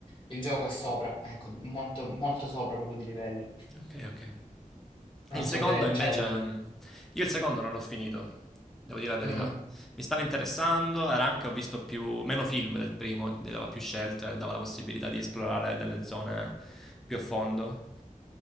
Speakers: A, on the left; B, in the centre.
A: il gioco è sopra, ecco, molto, molto sopra proprio di livello.
B: Ok, ok. E
A: Non
B: il secondo
A: so se
B: invece,
A: c'hai...
B: mm, io il secondo non l'ho finito, devo dire la verità.
A: Mm,
B: Mi stava interessando, era anche, ho visto più, meno film del primo, ti dava più scelte, dava la possibilità di esplorare delle zone più a fondo.